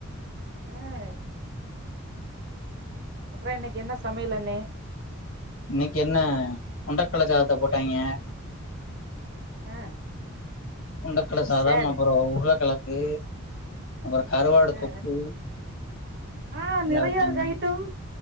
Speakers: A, on the right (about 50°); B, on the left (about 65°).
A: உஹ அப்பறம் என்னக்கு என்ன சமையலண்ணே
B: இன்னைக்கி என்ன கொண்டக்கலச்சாதத்த போட்டாங்ய
A: ஆ
B: கொண்டக்கலசாதம்
A: சோ சேடு
B: அப்பறம் உருலக் ஏ அப்பறம் கருவாடு
A: ஆ
B: தொக்கு
A: ஆ
B: எல்லாத்தயும்
A: நெறைய இருக்கு ஐட்டம்